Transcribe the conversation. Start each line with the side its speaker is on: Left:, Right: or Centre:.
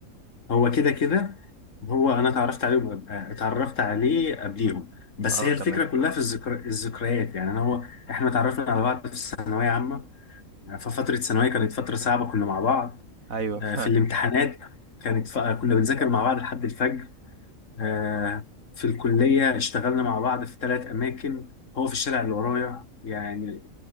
Left: هو كده كده هو انا اتعرفت عليه آه، اتعرفت عليه قبليهم بس
Right: اه
Left: هي
Right: تمام
Left: الفكره كلها في الذكر... الذكريات يعني انا هو احنا اتعرفنا على بعض في الثانويه عامه ففتره ثانويه كانت فتره صعبه كنا مع بعض
Right: ايوه <laughs>
Left: آه،
Right: فعلا
Left: في الامتحانات كانت ف... كنا بنذاكر مع بعض لحد الفجر آه، في الكلية اشتغلنا مع بعض في ثلاث أماكن هو في الشارع اللي ورايا يعني